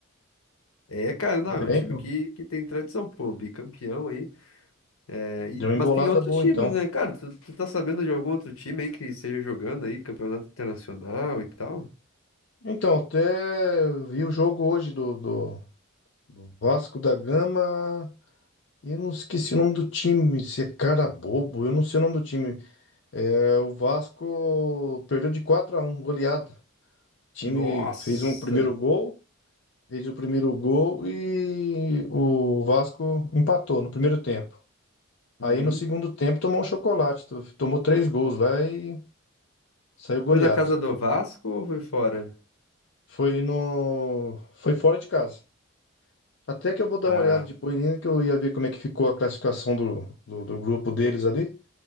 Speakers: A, on the left (about 85°); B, on the left (about 60°).
A: É, cara, não, é um
B: É,
A: time
B: então,
A: que, que tem tradição, pô, bicampeão aí. É, e-
B: deu uma
A: mas
B: embolada
A: tem outros
B: boa,
A: times,
B: então.
A: né? Cara, tu, tu tá sabendo de algum outro time aí que esteja jogando aí, campeonato internacional e tal?
B: Então, até vi o jogo hoje do, do do Vasco da Gama. E Eu não esqueci o nome do time, se é cara bobo, eu não sei o nome do time. É, o Vasco perdeu de 4 a um, goleada. O time
A: Nossa!
B: fez um primeiro gol, fez o primeiro gol e o Vasco empatou no primeiro tempo.
A: Uhum.
B: Aí no segundo tempo tomou um chocolate, to- tomou três gols lá e saiu goleado.
A: Foi na casa do Vasco ou foi fora?
B: Foi no, foi fora de casa. Até que eu vou dar
A: Ah,
B: uma olhada depois, ainda que eu ia ver como é que ficou a classificação do, do do grupo deles ali.